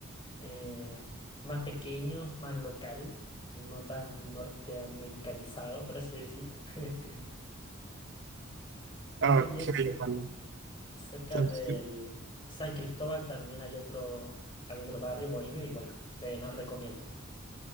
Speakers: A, on the left; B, on the right.
A: eh, más pequeño, más local, no tan norteamericanizado, por así decir. <laughs> Y
B: Ok,
A: también cer-
B: vale.
A: cerca
B: Entonces,
A: del San Cristóbal también hay otro, hay otro barrio bohemio y bueno, te los recomiendo.